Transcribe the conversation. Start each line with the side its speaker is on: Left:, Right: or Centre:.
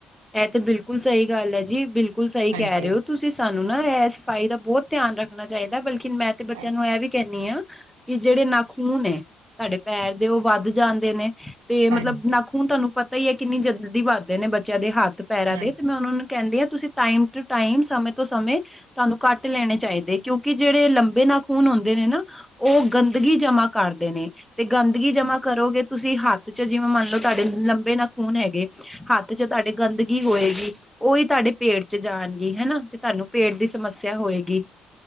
Centre: ਇਹ ਤੇ ਬਿਲਕੁਲ ਸਹੀ ਗੱਲ ਹੈ ਜੀ ਬਿਲਕੁਲ ਸਹੀ
Right: ਹਾਂਜੀ
Centre: ਕਹਿ ਰਹੇ ਹੋ ਤੁਸੀਂ ਸਾਨੂੰ। ਸਾਨੂੰ ਨਾ ਇਹ ਸਫਾਈ ਦਾ ਬਹੁਤ ਧਿਆਨ ਰੱਖਣਾ ਚਾਹੀਦਾ ਬਲਕਿ ਮੈਂ ਤੇ ਬੱਚਿਆਂ
Right: ਹਾਂਜੀ
Centre: ਨੂੰ ਇਹ ਵੀ ਕਹਿੰਦੀ ਹਾਂ। ਕਿ ਜਿਹੜੇ ਨਾਖੂਨ ਏ ਸਾਡੇ ਪੈਰ ਦੇ ਉਹ ਵੱਧ ਜਾਂਦੇ ਨੇ। ਤੇ ਮਤਲਬ
Right: ਹਾਂਜੀ
Centre: ਨਾ ਖੂਨ ਤੁਹਾਨੂੰ ਪਤਾ ਹੀ ਹੈ ਕਿੰਨੀ ਜਲਦੀ ਵੱਧਦੇ ਨੇ ਬੱਚਿਆਂ ਦੇ ਹੱਥ ਪੈਰਾਂ
Right: ਹਾਂਜੀ
Centre: ਦੇ ਤੇ ਮੈਂ ਉਹਨਾਂ ਨੂੰ ਕਹਿੰਦੇ ਆ ਤੁਸੀਂ ਟਾਈਮ ਟੂ ਟਾਈਮ ਸਮੇਂ ਤੋਂ ਸਮੇਂ ਤੁਹਾਨੂੰ ਘੱਟ ਲੈਣੇ ਚਾਹੀਦੇ ਕਿਉਂਕਿ ਜਿਹੜੇ ਲੰਬੇ ਨਾਖੂਨ ਹੁੰਦੇ ਨੇ ਨਾ। ਉਹ ਗੰਦਗੀ ਜਮ੍ਹਾਂ ਕਰਦੇ ਨੇ। ਤੇ ਗੰਦਗੀ ਜਮਾ ਕਰੋਗੇ ਤੁਸੀਂ ਹੱਥ ਚ ਜਿਵੇਂ ਮੰਨ ਲਓ ਤੁਹਾਡੇ ਲੰਬੇ ਨਾ ਖੂਨ ਹੈਗੇ ਹੱਥ ਤੇ ਚ ਤੁਹਾਡੇ ਗੰਦਗੀ ਹੋਏਗੀ ਉਹੀ ਤੁਹਾਡੇ ਪੇਟ ਚ ਜਾਣਗੀ ਹਨਾ ਤੇ ਤੁਹਾਨੂੰ ਪੇਟ ਦੀ ਸਮੱਸਿਆ ਹੋਏਗੀ।